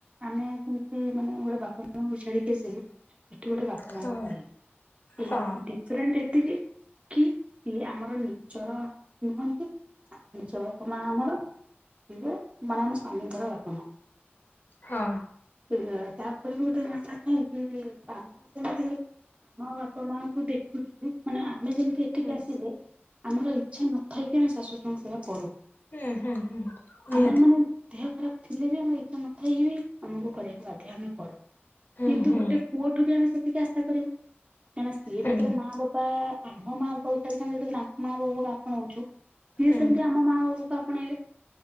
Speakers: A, on the right (about 30°); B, on the left (about 50°).
A: ଆମେ ଯେମିତି ମାନେ ଗୋଟେ ବାପା ମାଆଙ୍କୁ ଛାଡିକି ଆସିଲୁ ଏଠି ଗୋଟେ ବାପ
B: ହଁ
A: ମାଙ୍କୁ ପାଇଲୁ ଏଇ
B: ହଁ
A: ଦିଟ ଡିଫରେଣ୍ଟ ଏତିକି କି ଇଏ ଆମର ନିଜର ନୁହନ୍ତି। ଆଉ ନିଜ ବାପ ମା ଆମର। ଏଇ ମାନେ ଆମ ସ୍ୱାମୀଙ୍କର ବାପା ମା।
B: ହଁ।
A: ହେଇଗଲା ତାପରେ ଗୋଟେ କଥା କି କି କାମ ସେମିତି ମୋ ବାପା ମାଙ୍କୁ ଦେଖୁଚୁ ମାନେ ଆମେ ଯେମିତି ଏ ଏଠିକି
B: ହୁଁ
A: ଆସିଲେ ଆମର ଇଚ୍ଛା ନଥାଇକି ଆମେ ଶାଶୁଶ୍ୱୁରଙ୍କ ସେବା କରୁ।
B: ହୁଁ ହୁଁ ହୁଁ। ନିହାତି
A: ଆମର ମାନେ ଦେହ ଖରାପ ଥିଲେ ବି ଆମର ଇଚ୍ଛା ନଥାଇ ବି ଆମକୁ କରିବାକୁ ବାଧ୍ୟ ଆମେ କରୁ।
B: ହୁଁ
A: କିନ୍ତୁ
B: ହୁଁ
A: ଗୋଟେ ପୁଅଠୁ ବି ଆମେ ସେତିକି ଆଶା କରିବୁ। କାହିଁକିନା ସିଏ
B: ହୁଁ
A: ଯେତେବେଳେ ମା ବାପା ଆମ ମା ବାପାଙ୍କୁ ଛାଡିକି ଆମେ ଯଦି ତାଙ୍କ ମା ବାବୁଙ୍କୁ ଆପଣଉଚୁ, ସିଏ
B: ହୁଁ
A: ସେମିତି ଆମ ମା ବାପାଙ୍କୁ ଆପଣେଇବେ।